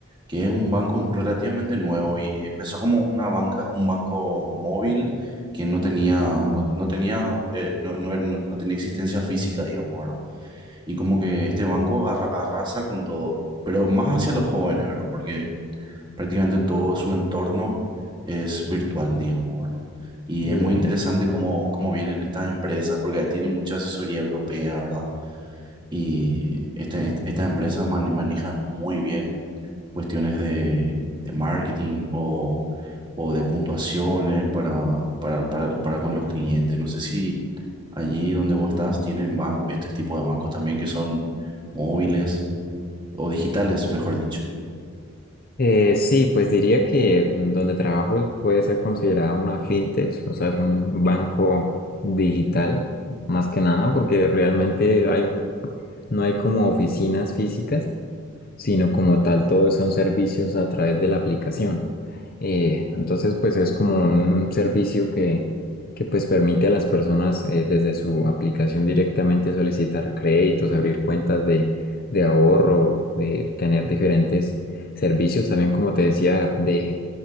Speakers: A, on the right (about 20°); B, on the left (about 45°).
A: que es un banco relativamente nuevo y empezó como una banca, un banco móvil que no tenía, no, no tenía, eh, no, no, era- no- no tenía existencia física, digamos, ¿verdad? Y como que este banco arra- arrasa con todo, pero más hacia los jóvenes, ¿verdad? Porque prácticamente todo su entorno es virtual, digamos, ¿verdad? Y
B: y,
A: es muy interesante cómo, cómo vienen estas empresas, porque tienen mucha asesoría europea, ¿verdad? Y esta- est- estas empresas mane- manejan muy bien cuestiones de, de marketing o, o de puntuaciones para, para, para, para con los clientes. No sé si allí donde vos estás tienen ban- este tipo de bancos también que son móviles o digitales, mejor dicho.
B: eh, sí, pues diría que mm, donde trabajo puede ser considerada una fintech, o sea, es un banco digital, más que nada, porque realmente hay, no hay como oficinas físicas. sino como tal todos son servicios a través de la aplicación. Eh, entonces, pues es como un servicio que, que pues permite a las personas eh, desde su aplicación directamente solicitar créditos, abrir cuentas de, de ahorro, de tener diferentes servicios, también como te decía, de,